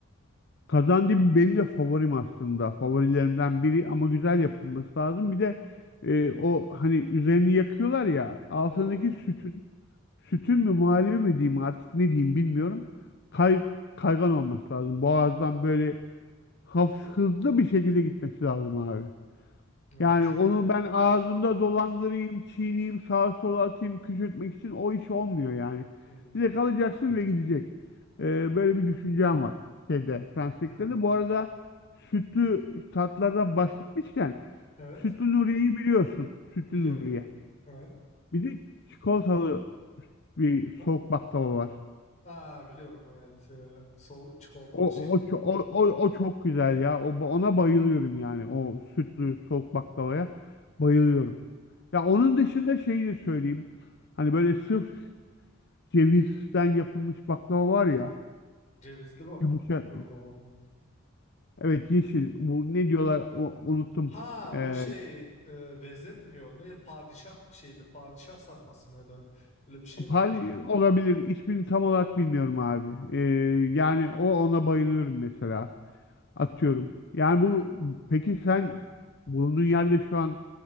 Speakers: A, on the left; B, on the left.
A: Kazandı benim de favorim aslında. Favorilerimden biri ama güzel yapılması lazım. Bir de e, o hani üzerini yakıyorlar ya altındaki
B: Evet.
A: sütün sütün mü muhallebi mi diyeyim artık ne diyeyim bilmiyorum. Kay, kaygan olması lazım. Boğazdan böyle hafif hızlı bir şekilde gitmesi lazım abi.
B: Evet.
A: Yani onu
B: <laughs>
A: ben ağzımda dolandırayım, çiğneyim, sağa sola atayım, küçültmek için o iş olmuyor yani.
B: Hmm.
A: Direkt alacaksın ve gidecek. Ee, böyle bir düşüncem var şeyde, Fransızlıkta
B: Mhm.
A: da. Bu arada sütlü tatlardan bahsetmişken
B: Evet.
A: sütlü Nuriye'yi biliyorsun. Sütlü
B: Biliyorum.
A: Nuriye.
B: Evet.
A: Bir de çikolatalı bir
B: O-
A: soğuk baklava var.
B: Aa biliyorum evet. Ee, sol çikolatalı
A: O,
B: şey.
A: o, ço- o, o, o çok güzel ya. O, ona bayılıyorum yani. O sütlü soğuk baklavaya bayılıyorum. Ya onun dışında şeyi de söyleyeyim. Hani böyle sırf cevizden yapılmış baklava var ya.
B: Cevizli baklava
A: Yumuşak.
B: mı?
A: Evet yeşil. Bu ne diyorlar o, unuttum.
B: Ha
A: Ee,
B: bu şey e, vezir mi? Yok ne padişah bir şeydi. Padişah sarması mı ya da öyle bir şey miydi?
A: Pali olabilir. İsmini tam olarak bilmiyorum abi. Ee, yani o ona bayılıyorum mesela. Atıyorum. Yani bu peki sen bulunduğun yerde şu an